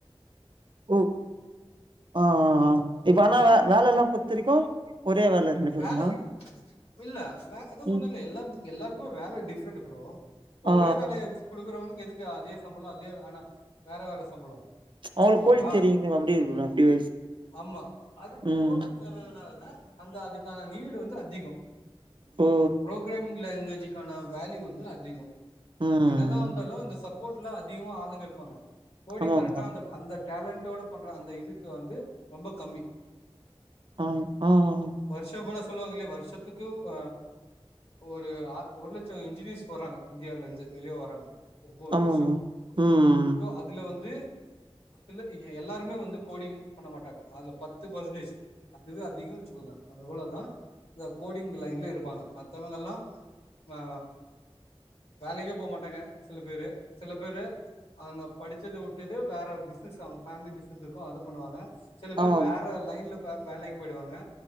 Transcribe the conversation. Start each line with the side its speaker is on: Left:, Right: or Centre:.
Right: ம் ஆ ஆ ஆ இப்ப ஆனா வ வேலெல்லா பொத்திருக்கூ ஒ ரே வேல ரெண்டு பேருமா
Left: வேலவ் இல்ல வே அத
Right: ம்
Left: சொன்னல்ல எல்லாப் எல்லாருக்குமே வேல டிஃப்ரெண்டு ப்ரோ ப்ப
Right: ஆ
Left: ஒரே வேலைய குடுக்குறவனுக்கு எது து அதே சம்பளோ அதே ஆனா வேற வேல சம்பளோ
Right: அவங்களுக்கு கோழி
Left: கே வா
Right: தெரியுங்க அப்டி இருக்குல அப்டி வைஸ்
Left: ஆமா அது
Right: ம்
Left: கோடிங் தர்றதுனாலத அந்த அது நீடு வந்து அதிகோ
Right: ஓ
Left: ப்ரோக்ரேமிங் லேங்வேஜு க்கான வேல்யூ வந்து அதிகோ
Right: ம்
Left: என்னதா வந்தாலு இந்த ச ப்போட்ல அதிகமா ஆளுங்க இருப்பாங்க கோடிங்
Right: ஆமா
Left: கரெக்டா
Right: ப்ரோ
Left: அந்தப் அந்த டேலண்டோட பண்ற அந்த இதுக்கு வந்து ரொம்ப கம்மி
Right: அம் ஆ ஆ ஆ
Left: ச்சோ இவ்ளோ சொல்லுவாங்கல்லையா வர்ஷத்துக்கு வ ஒரு ஆ ஒரு லட்சோ இன்ஜினியர்ஸ் வராங்க இந்தியாலந்து வெளிய வராங்க ஒவ்வொரு
Right: ஆமா
Left: வர்ஷோ
Right: ப்ரோ ம்
Left: சோ அதுல வந்து இல்ல எ எல்லாருமே வந்து கோடிங் பண்ண மாட்டாங்க அதல பத்து பர்சன்டேஜ் அதுவே அதிகோ வெச்சுக்கோங்க அதவ்ளதா இந்த கோடிங் லைன்ல இருப்பாங்க மத்தவங்கல்லா அ வேலைக்கே போமாட்டாங்க சில பேரு சில பேரு அங்க படிச்சது உட்டுது வேற பிசினஸ் அவுங்க ஃபேமிலி பிஸ்னஸ் இருக்கூ அது பண்ணுவாங்க சில பேரு
Right: ஆமா
Left: வேற
Right: ப்ரோ
Left: லைன்ல வ வேலைக் போயிடுவாங்க